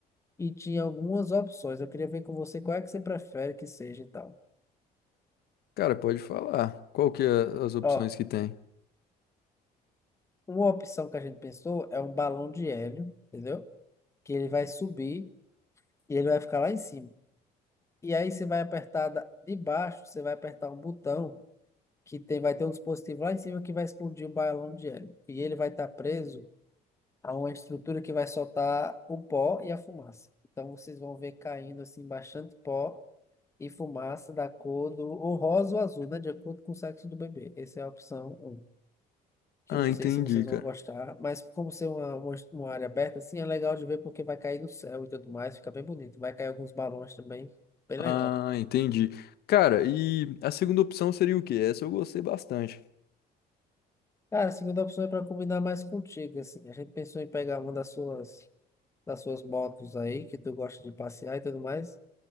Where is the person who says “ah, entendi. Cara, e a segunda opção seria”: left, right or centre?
Left